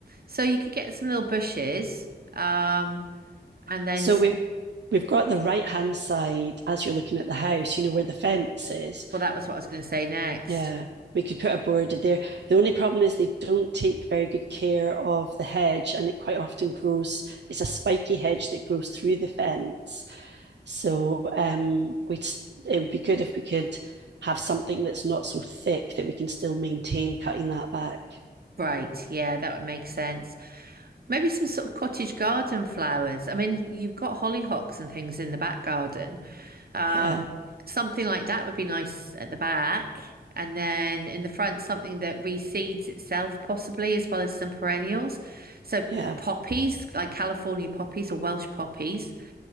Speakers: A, on the right; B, on the right.
A: so you could get some little bushes, um, and then,
B: So
A: s-
B: we we've got the right hand side as you're looking at the house, you know, where the fence is.
A: well, that was what I was going to say next.
B: Yeah, we could put a border there. The only problem is they don't take very good care of the hedge, and it quite often grows. It's a spiky hedge that grows through the fence. So um, we'd it would be good if we could have something that's not so thick that we can still maintain cutting that back.
A: Right. Yeah, that would make sense. Maybe some sort of cottage garden flowers. I mean, you've got hollyhocks and things in the back garden. Um,
B: Yeah,
A: something like that would be nice at the back. And then in the front, something that reseeds itself, possibly, as well as some perennials. So
B: yeah.
A: poppies, like California poppies or Welsh poppies.